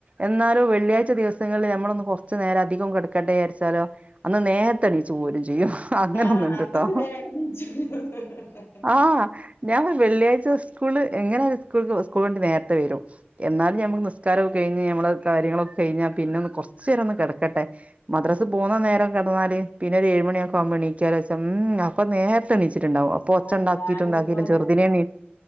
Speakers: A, on the right; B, on the left.
A: എന്നാലും വെള്ളിയാഴ്ച ദിവസങ്ങളിൽ നമ്മളൊന്ന് കൊറച്ചു നേരം അധികം കെട്ക്കട്ടെ വിചാരിച്ചാലോ അന്ന് നേത്തെണീച്ച് പോരും ചെയ്യും അങ്ങനെ
B: ആഹ്
A: ഒന്നുണ്ട്
B: അങ്ങരു
A: ട്ടോ
B: <unintelligible>
A: ആഹ് ഞാൻ വെള്ളിയാഴ്ച സ്കൂള് എങ്ങനെ ഒരു സ്കൂ സ്കൂൾ വണ്ടി നേരത്തെ വരും എന്നാ ഞമുക്ക് നിസ്കാരൊക്ക കഴിഞ്ഞ് നമ്മള് കാര്യങ്ങളൊക്കെ കഴിഞ്ഞാ പിന്നൊന്ന് കൊർചേര ഒന്ന് കെട്ക്കട്ടെ മദ്രസ് പോകുന്ന നേരം കടന്നാല് പിന്നെ ഒരു ഏഴ് മണി ഒക്ക ആകുമ്പോണീറ്റാലേച്ച ഉം അപ്പൊ നേരത്തെ എണീച്ചിട്ടുണ്ടാവും അപ്പൊ ഒച്ച
B: ആഹ്
A: ഉണ്ടാക്കിട്ടും
B: ഞാനിത്
A: ഇണ്ടാക്കിട്ടും
B: പോലെ
A: ചെറുതിനെ എണീ